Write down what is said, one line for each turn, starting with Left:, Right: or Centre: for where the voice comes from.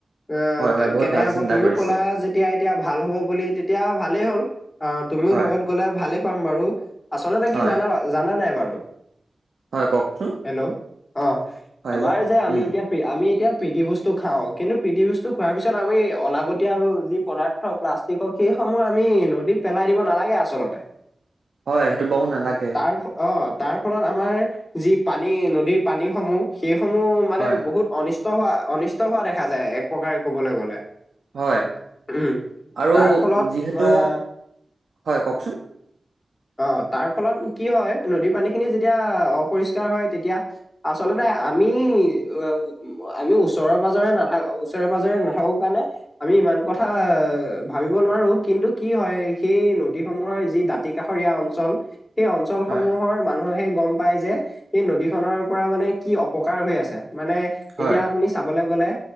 Left: আহ
Right: হয় হয় বহুত
Left: কেনে
Right: ভাল
Left: হ'ব
Right: চিন্তা
Left: তুমিও
Right: কৰিছে
Left: ক'লা যেতিয়া এতিয়া ভাল হ'ব বুলি তেতিয়া ভালেই হ'ল। অ তুমিও
Right: হয়
Left: লগত গ'লে ভালেই। পাম বাৰু আচলতে
Right: হয়,
Left: কি জা জানা নাই বাৰু।
Right: হয় কওকচোন।
Left: হেল্ল' অ
Right: হয়
Left: আমাৰ।
Right: হেল্ল'
Left: যে আমি
Right: উম,
Left: এতিয়া আমি এতিয়া প্ৰীতিভোজতু খাওঁ কিন্তু প্ৰীতিভোস্তু খোৱাৰ পিছত আমি অলাগতিয়াল যি। পদাৰ্থ প্লাষ্টিক হক সেইসমূহ আমি নদীত পেলাই দিব নালাগে আচলতে।
Right: হয় সেইটো বাও নালাগে।
Left: তাৰ অ তাৰ ফলত আমাৰ যি পানী ন পানী সমূহ সেইসমূহ। মানে
Right: হয়,
Left: বহুত অনিষ্ট হোৱা অনিষ্ট হোৱা দেখা যায় এক প্ৰকাৰে কবলৈ গ'লে।
Right: হয়
Left: উম
Right: আৰু
Left: তাৰ ফলত
Right: যিহেতু
Left: আহ
Right: হয় কওকচোন।
Left: অ তাৰ ফলত কি হয় নদীৰ পানী খিনি যেতিয়া অপৰিষ্কাৰ হয় তেতিয়া। আচলতে আমি অ। আমি ওচৰে পাজৰে নাথাকো ওচৰে পাজৰে নাথাকো কাৰণে। আমি ইমান কথা ভাবিব নোৱাৰো কিন্তু। কি হয় সেই নদীসমূহৰ যি দাঁতি কাষৰীয়া অঞ্চল। সেই অঞ্চলসমূহৰ
Right: হয়,
Left: মানুহে হে গম। পাই যে এই নদীখনৰ পৰা মানে কি অপকাৰ হৈ আছে মানে
Right: হয়,
Left: এতিয়া আপুনি। চাবলৈ গ'লে